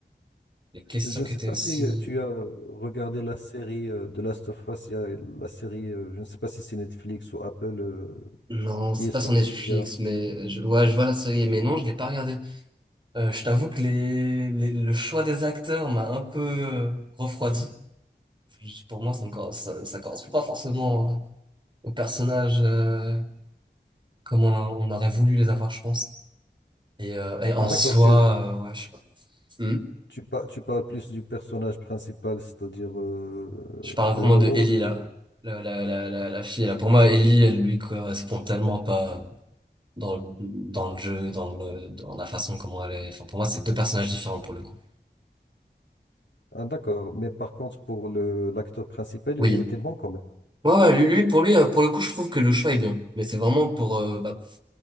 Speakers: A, on the right (about 25°); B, on the left (about 75°).
A: Les questions
B: je
A: qui
B: ne sais
A: étaient
B: pas
A: aussi...
B: si euh, tu as regardé la série euh, de Last of Us. Il y a la série, euh, je ne sais pas si c'est Netflix ou Apple euh,
A: Non,
B: qui
A: c'est
B: est sortie.
A: pas sur Netflix,
B: il y a-
A: mais je, ouais, je vois la série, mais non, je l'ai pas regardée. Euh, je t'avoue que les, les- le choix des acteurs m'a un peu euh, refroidi. Juste Pour moi, ça ne correspond ça, ça correspond pas forcément aux personnages euh, comme on, on aurait voulu les avoir, je pense. Et, euh, et en
B: Ah, D'accord,
A: soi,
B: tu,
A: euh, ouais, je sais pas. Hmm.
B: tu, par- tu parles plus du personnage principal, c'est-à-dire euh,
A: Je parle
B: le
A: vraiment
B: héros.
A: de Ellie
B: Le...
A: là, la, la, la, la, la fille là. Pour moi, Ellie, elle lui correspond tellement pas dans le, dans le jeu, dans le, dans la façon comment elle est. Enfin, pour moi, c'est deux personnages différents pour le coup.
B: Ah, d'accord. Mais par contre, pour le, l'acteur principal,
A: Oui,
B: il était bon quand même.
A: Ouais, ouais, lui, lui, pour lui, euh, pour le coup, je trouve que le choix est bien. Mais c'est vraiment pour, euh, bah,